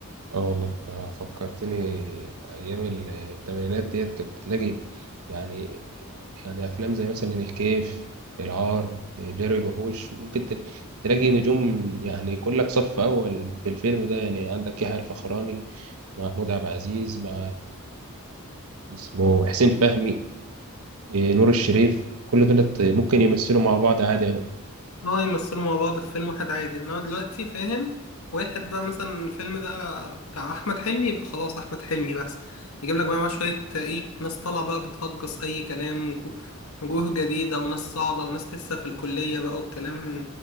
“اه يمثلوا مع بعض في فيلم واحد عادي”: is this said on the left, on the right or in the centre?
Left